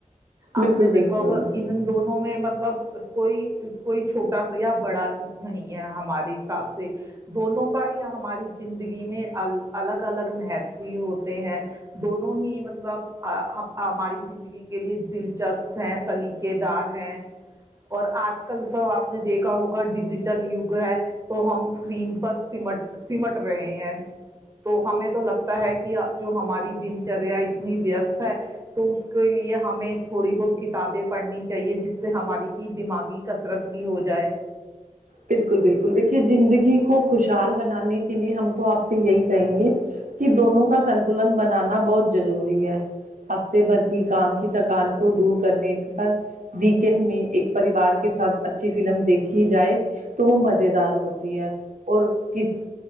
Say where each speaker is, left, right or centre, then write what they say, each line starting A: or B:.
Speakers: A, on the right; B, on the right.
A: آپ
B: بالکل
A: نے دیکھا
B: بالکل
A: ہوگا ان دونوں میں مطلب کوئی کوئی چھوٹا سا یا بڑا نہیں ہے ہمارے حساب سے دونوں ہی ہماری زندگی میں الگ الگ مہتو بھی ہوتے ہیں دونوں ہی مطلب ہماری زندگی کے لیے دلچسپ ہیں سلیقے دار ہیں اور آج کل تو آپ نے دیکھا ہوگا ڈیجیٹل یوگ ہے تو ہم اسکرین پر سمٹ سمٹ رہے ہیں تو ہمیں تو لگتا ہے کہ جو ہماری دنچریا اتنی ویست ہے تو اس کے لیے ہمیں تھوڑی بہت کتابیں پڑھنی چاہیے جس سے ہماری کی دماغی کثرت بھی ہو جائے
B: بالکل بالکل دیکھیے زندگی کو خوشحال بنانے کے لیے ہم تو آپ سے یہی کہیں گے کہ دونوں کا سنتلن بنانا بہت ضروری ہے ہفتے بھر کی کام کی تھکان کو دور کرنے پر ویکینڈ میں ایک پریوار کے ساتھ اچھی فلم دیکھی جائے تو وہ مز دار ہوتی ہے اور کس